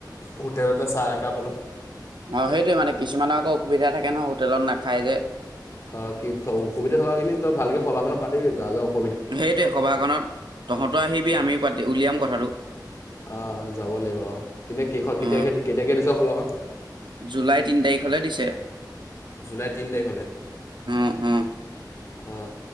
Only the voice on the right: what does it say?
অ সেইটোৱে মানে কিছুমানৰ আকৌ অসুবিধা থাকে নহয় হোটেলত নাখায় যে
সেইটোৱে সভাখনত তহঁতো আহিবি আমিও পাতি উলিয়াম কথাটো
অ
জুলাই তিনি তাৰিখলে দিছে
অ অ